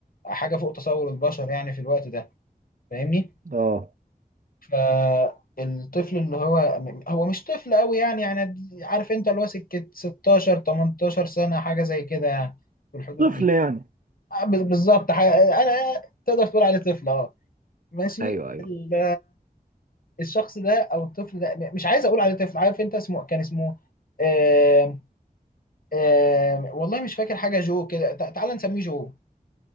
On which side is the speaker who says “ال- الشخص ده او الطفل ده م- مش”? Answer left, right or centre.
Left